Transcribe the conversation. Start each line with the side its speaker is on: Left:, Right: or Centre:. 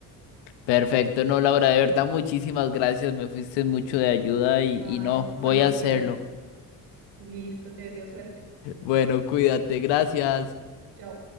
Left: Perfecto, no, Laura, de verdad, muchísimas gracias. Me fuiste mucho de ayuda y,
Right: Ay,
Left: y no,
Right: no,
Left: voy
Right: cuando
Left: a hacerlo.
Right: quieras. Listo, te deseo suerte.
Left: Bueno, cuídate, gracias.
Right: Chao.